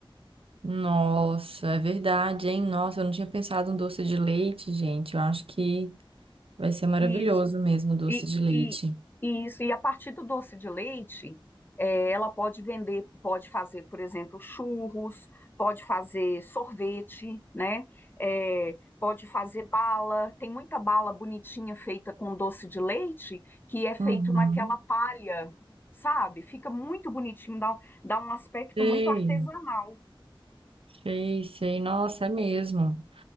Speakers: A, on the right; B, on the left.
A: Nossa, é verdade, hein? Nossa, eu não tinha pensado em doce de leite, gente. Eu acho que vai ser maravilhoso
B: Isso.
A: mesmo o doce
B: E,
A: de leite.
B: e, e isso, e a partir do doce de leite, eh, ela pode vender, pode fazer, por exemplo, churros, pode fazer sorvete, né? Eh, pode fazer bala. Tem muita bala bonitinha feita com doce de leite, que é feito
A: Uhum.
B: naquela palha, sabe? Fica muito bonitinho, dá, um- dá um aspecto
A: Sei,
B: muito artesanal.
A: sei, sei. Nossa, é mesmo.